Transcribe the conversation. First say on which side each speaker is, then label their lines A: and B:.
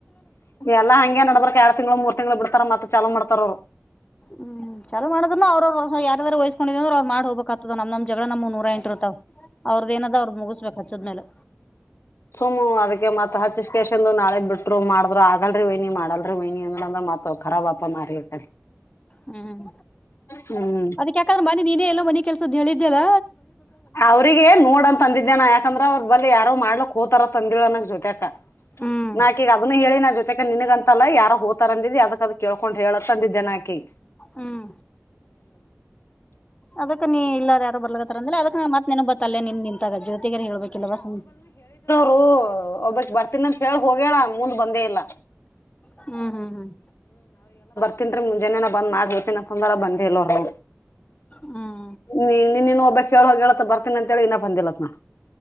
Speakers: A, on the left; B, on the left.
A: ಎಲ್ಲಾ ಹಂಗೆ ನಡ್ದರ್ಕ್ ಎರ ತಿಂಗಗಳು ಮೂರ್ ತಿಂಗ್ಗಳು ಬಿಡ್ತಾರ ಮತ್ತತ್ ಚಲ ಮಾಡ್ತಾರ ಅವ್ರ
B: ಹ್ಮ್ ಚಲ ಮಾಡ್ರ್ ನ ಅವ್ರ ಅವ ಯಾರ ವಹಸ್ಕೊಂಡಿದ್ ಮಾಡ ಹೋಗಬೇಕಕ್ತದ ನಮ ಜಗಳ ನಮ್ ನೂರ ಎಂಟ ಇರ್ತಾವ ಅವ್ರದ ಏನದ ಅವ್ರದ ಮುಗಿಸ್ಬೇಕಕ್ ಹಚ್ಚದ್ಮೇಲೆ
A: ಸುಮ್ ಅದಕ್ಕೆ ಮತ್ ಹಚ್ಕೇಶಂದು ನಾಳಗ್ ಬಿಟ್ರು ಮಾಡಿದ್ರು ಆಗಲ್ರಿ ವಹನಿ ಮಾಡಲ್ರಿ ವಹನಿ ಅಂದ್ರ ತ ರಬ ಆ ಮಾಡಾರಿ ಅ
B: ಹ್ಮ್
A: ಹ್ಮ್
B: ಅದಕ್ಕೆ ಯಾಕಂದ್ರೆ ಮನೆ ನೀನೇ ಎಲ್ಲೋ ಮನಿ ಕೆಲ್ಸದ ಹೇಳಿದ್ದೇದ
A: ಅವ್ರಿಗೆ ನೋಡಂತ ಅಂದಿದ್ದೇನ ಯಾಕಂದ್ರ ಅವ್ರರು ಬಳ ಯ ಮಾಡ್ಲಕ್ ಹೋತಾರ ತಂದಿಳೋನಕ್ ಜೊತೆ ಅ
B: ಹ್ಮ್
A: ನಾಕ ಈಗ ಅದನ್ನ ಹೇಳಿ ನ ಜೊತೆ ಅ ನನ್ಗ ಅಂತಲ್ಲ ಯಾರ ಹೋತಾರ ಅಂದಿದ್ದಿ ಅದಕ್ಕದ ಕೇಕೊಂಡು್ ಹೇಳತ ಅಂದಿದ್ದೆನಾಾಕಿ
B: ಹ್ಮ್ ಅದ ನೀ ಇಲ್ಲಾರ ಯಾರ ಬರ್ಲತ್ತ ಅಂದ್ರೆ ಅದಕ್ಕ ಮತ್ ನೆನ್ ಬತ್ತ ಅಲ್ಲೆನ್ ನಿಂತಾಗ ಜ್ಯೋತಿಗಾರ ಹೇಳ್ಬೇಕಿಲ್ಲಲ್ವಸ
A: ರು ಒಬ್ಬಕ್ ಬರ್ತೀನಂತ ಹೇಳ ಹೋಗೇಳ ಮುಂದ ಬಂದೇ ಇಲ್ಲ
B: ಹ್ಮ್ ಹ್ಮ್ ಹ್ಮ್
A: ಅಕನ್್ರ ಮುಂಜಾನೇ ನ ಬಂದ್ಬೇತತಿ ನಂದ್ರ ಬಂದೇಲ್ ಅವರು
B: ಹ್ಮ್ ಹ್ಮ್
A: ನೀ ನೀನ್ನಿನು ಒಬ್ಬಕ್ ಹೇಳುವ ಹೇಳೇತ್ತ ಬರ್ತೀನ ಅಂತೇಳಿ ಇನ್ನ ಬಂದಿಲ್ಲತ್ ನಾ